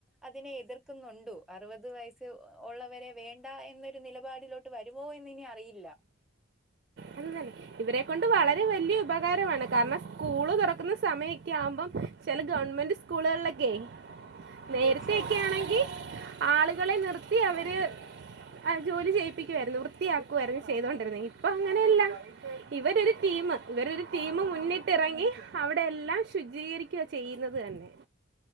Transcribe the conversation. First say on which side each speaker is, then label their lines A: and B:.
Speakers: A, in the centre; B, on the right.
A: അതിനെ എതിർക്കുന്നുണ്ട് അറുപത് വയസ്സ് ഉള്ളവരെ വേണ്ട എന്നൊരു നില പാടിലോട്ട് വരുവോ എന്ന് ഇനി അറിയില്ല
B: അത് തന്നെ ഇവരെ കൊണ്ട് വളരെ വല്ല്യ ഉപകാരവാണ് കാരണം സ്കൂള് തുറക്കുന്ന സമയൊക്കെ ആകുമ്പം ചില ഗവൺമെന്റ് സ്കൂളുകളിലൊക്കെയെ നേരത്തെ
A: തീർച്ചയായും
B: ഒക്കെ ആണെങ്കിൽ ആളുകളെ നിർത്തി അവര് ആഹ് ജോലി ചെയ്യിപ്പിക്കുവാരുന്നു വൃത്തിയാക്കുവാരുന്നു ചെയ്തോണ്ടിരുന്നെ ഇപ്പൊ അങ്ങനെയല്ല
A: <inaudible>
B: ഇവരൊരു ടീമ് ഇവരൊരു ടീമ് മുന്നിട്ടിറങ്ങി അവിടെയെല്ലാം ശുചീകരിക്കുക ചെയ്യുന്നത് തന്നെ